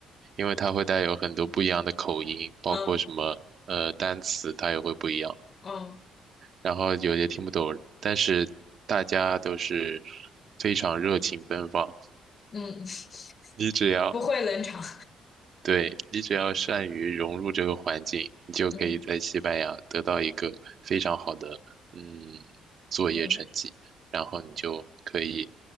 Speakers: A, on the right; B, on the left.
A: 因为他会带有很多不一样的口音，包括什么呃单词，
B: 嗯
A: 它也会不一样。
B: 嗯
A: 然后有些听不懂，但是大家都是非常热情奔放。
B: 嗯，
A: 你只要，
B: <laughs> 不会冷场。
A: 对，你只要善于融入这个环境，你就可以在西班牙得到一个非常好的嗯
B: 嗯
A: 作业成绩，
B: 嗯，
A: 然后你就可以